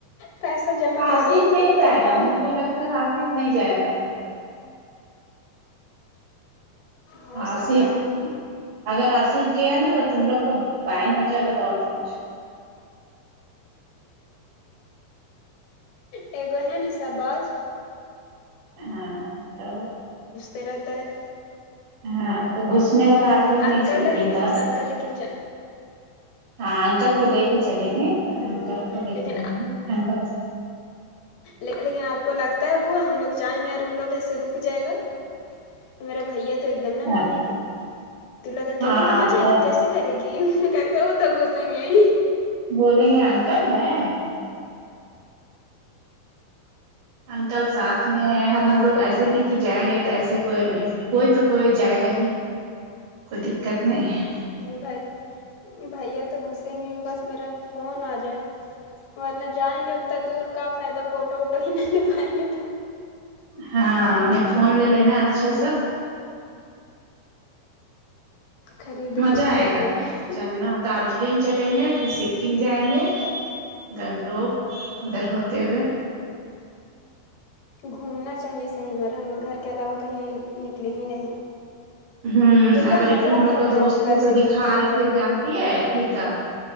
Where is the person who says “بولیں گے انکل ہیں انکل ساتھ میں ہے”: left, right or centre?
Right